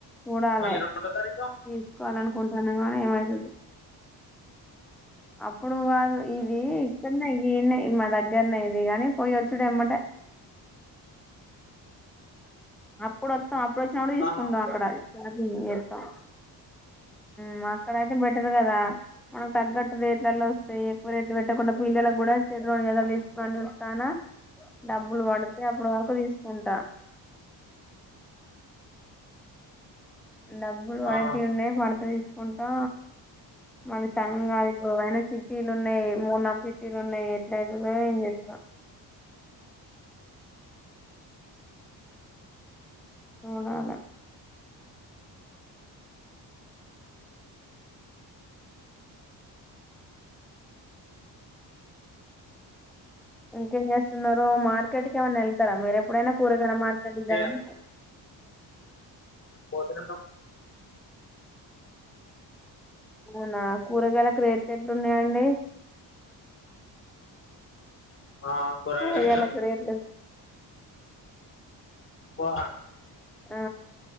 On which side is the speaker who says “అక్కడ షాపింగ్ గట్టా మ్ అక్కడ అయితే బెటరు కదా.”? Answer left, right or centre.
Centre